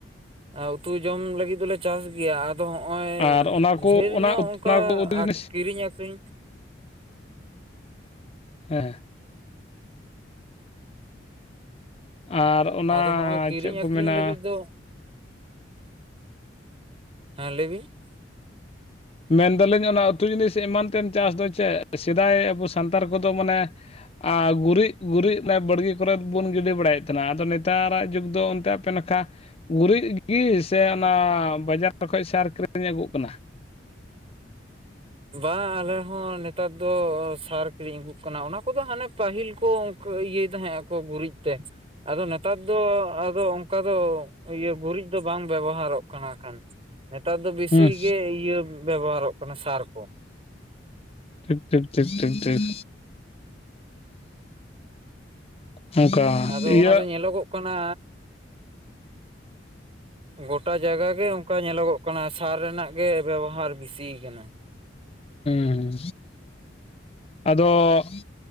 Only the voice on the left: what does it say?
ᱟᱨ ᱚᱱᱟ ᱠᱚ
ᱚᱱᱟ
ᱚᱱᱟ ᱠᱚ ᱩᱛᱩ ᱡᱤᱱᱤᱥ
ᱦᱮᱸᱮᱸ ᱟᱨ ᱚᱱᱟ
ᱪᱮᱫ ᱠᱚ
ᱢᱮᱱᱟ,
ᱢᱮᱱᱫᱟᱞᱤᱧ ᱚᱱᱟ ᱩᱛᱩ ᱡᱤᱱᱤᱥ ᱮᱢᱟᱱ ᱛᱮᱢ ᱪᱟᱥ ᱫᱚ ᱪᱮᱫ ᱥᱮᱫᱟᱭ ᱟᱵᱚ ᱥᱟᱱᱛᱟᱲ ᱠᱚᱫᱚ ᱢᱟᱱᱮ, ᱟᱨ ᱜᱩᱨᱤᱡ ᱜᱩᱨᱤᱡ ᱵᱟᱲ ᱜᱮ ᱠᱚᱨᱮᱮᱫ ᱵᱚᱱ ᱜᱤᱰᱤ ᱵᱟᱲᱟᱭᱮᱫ ᱛᱟᱦᱮ ᱱᱟ ᱟᱫᱚ ᱱᱮ ᱛᱟᱨᱟᱜ ᱡᱩᱜᱽ ᱫᱚ ᱚᱱᱛᱮ ᱟᱯᱮ ᱱᱟᱠᱷᱟ ᱜᱩᱨᱤᱡ ᱜᱤ ᱥᱮ ᱚᱱᱟ ᱵᱟᱡᱟᱨ ᱠᱷᱚᱡ ᱥᱟᱨ ᱠᱤᱨᱤᱧ ᱟᱹᱜᱩᱜ ᱠᱟᱱᱟ?
ᱦᱩᱸ
ᱴᱷᱤᱠ ᱴᱷᱤᱠ ᱴᱷᱤᱠ ᱴᱷᱤᱠ ᱴᱷᱤᱠ, ᱚᱱᱠᱟ
ᱤᱭᱟᱹ
ᱦᱩᱸ ᱟᱫᱚ